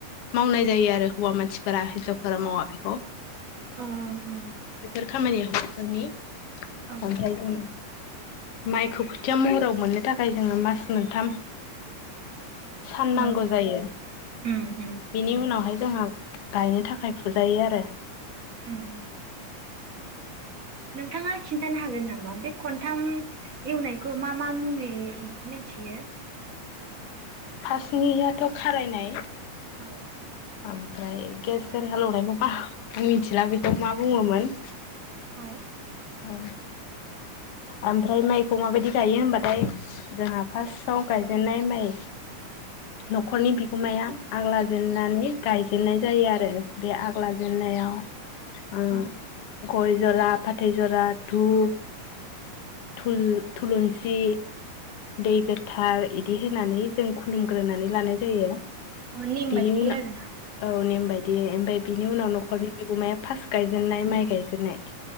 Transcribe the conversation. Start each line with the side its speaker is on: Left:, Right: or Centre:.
Left: मावनाय जायो आरो हौवा मानसिफोरा हिन्जावफोरा मावा बेखौ‌
Right: औ
Left: बेेफोर खामानिया हौवाफोरनि
Right: औ
Left: आमफ्राय जों माइखौ खोथिया महराव मोननो थाखाय जोङो मास मोनथाम सान नांगौ
Right: औ
Left: जायो
Right: उम उम
Left: बिनि उनावहाय जोंहा गायनो थाखाय फुजायो आरो
Right: उम नोंथाङा खिन्थानो हागोन नामा बे खनथाम एवनायखौ मा मा मुङै मिथियो
Left: फार्स्टनियाथ' खारायनाय
Right: औ
Left: ओमफ्राय गेजेर हालौवनायखौ मा मिथिला बेखौ मा बुङोमोन
Right: औ
Left: औ ओमफ्राय माइ खौ माबायदि गायो होनबाथाय जोंहा फार्स्टआव गायजेननाय माइ न'खरनि बिगोमाया आग लाजेननानै गाय जेननाय जायो आरो। बे आग लाजेननायाव अ
Right: उम
Left: गइ जला आफाद <unintelligible> थै जरा, धुप, थुल थुलुंनसि दै गोथार इदि होनानै जों खुलुमग्रोनानै लानाय जायो।
Right: अ नेम
Left: बिनि
Right: बायदि आरोना
Left: उनाव औ नेम बायदियै ओमफाय बिनि उनाव
Right: औ
Left: न'खरनि बिगुमाया फास गायजेननाय माइ गायजेननाय